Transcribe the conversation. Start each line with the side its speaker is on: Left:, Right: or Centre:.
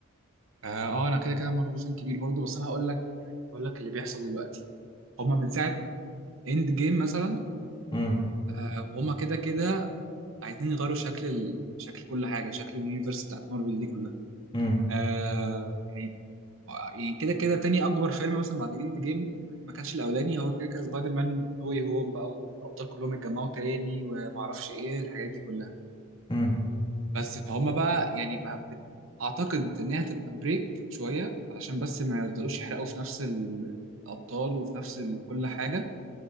Right: اه آه، انا كده كده مارفل فان كبير برضو بس انا هقول لك هقول لك اللي بيحصل دلوقتي هما من ساعة اند جيم مثلا
Left: امم
Right: آه، وهما كده كده عايزين يغيروا شكل ال... شكل كل حاجه شكل اليونيفرس بتاعت مارفل دي كلها
Left: امم
Right: آه يعني يعني كده كده تاني اكبر فيلم مثلا بعد اند جيم ما كانش الاولاني هو كده كده سبايدر مان نو واي هوم بقى والابطال كلهم اتجمعوا تاني وما اعرفش ايه الحاجات دي كلها
Left: امم.
Right: بس فهم بقى يعني بقى بت... اعتقد انها تبقى بريك شويه علشان بس ما يفضلوش يحرقوا في نفس ال- الابطال وفي نفس ال- كل حاجه